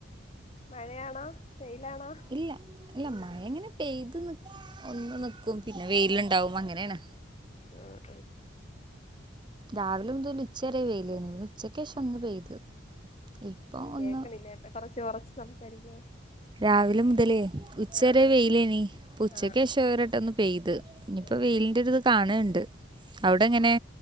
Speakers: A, on the left; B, on the right.
A: മഴയാണോ? വെയിലാണോ?
B: ഇല്ല ഇല്ല മഴങ്ങനെ പെയ്ത് നി ഒന്ന് നിക്കും പിന്നെ വെയില്ണ്ടാവും അങ്ങനേണ്.
A: ആ ആ.
B: രാവിലോതൽ ഉച്ചരെ വെയിലേന് പിന്നെ ഉച്ചക്കേഷൊന്ന് പെയ്ത്. ഇപ്പം
A: ഏ കേക്കണില്ലേട്ട
B: ഒന്ന്
A: കൊറച്ച് ഒറച്ച് സംസാരിക്കോ
B: രാവിലെ മുതലേ.. ഉച്ചരെ
A: ആഹ് ആഹ്
B: വെയിലേനി ഇപ്പൊ ഉച്ചക്കഷോ
A: ആഹ് ആഹ്
B: ഒരട്ടൊന്ന് പെയ്ത് ഇനിപ്പോ
A: ഓഹ്
B: വെയിലിന്റെ
A: ഓഹ്
B: ഒരു ഇത് കാണ് ഇണ്ട് അവടെങ്ങനെ?